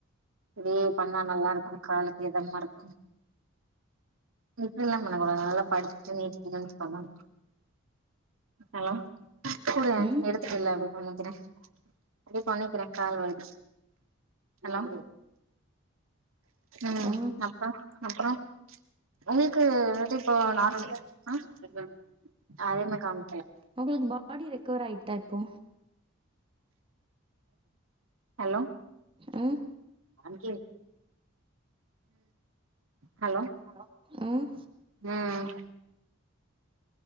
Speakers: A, on the right; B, on the right.
A: இப்டி பண்ண நல்லா இருக்கு காலுக்கு இதமாருக்கு இப்டில்லா பண்ண கூடாது நல்லா படிச்சிட்டு நீட் இஞ்சினியரிங் பண்ணனு ஹலோ குடுங்க
B: ம்
A: எடுத்துடல அப்டி பண்ணிக்கிறே அப்டி பண்ணிக்ற கால் வலிக்கு ஹலோ ம்
B: ஆ
A: அப்றோ அப்றோ உங்களுக்கு <unintelligible> இப்போ நார்ம ம் அதேமே காணு
B: உங்களுக்கு பாடி ரெக்கவர் ஆயிட்டா இப்போ
A: ஹலோ
B: ம்
A: ம் ஹலோ
B: ஹலோ ம்
A: ம்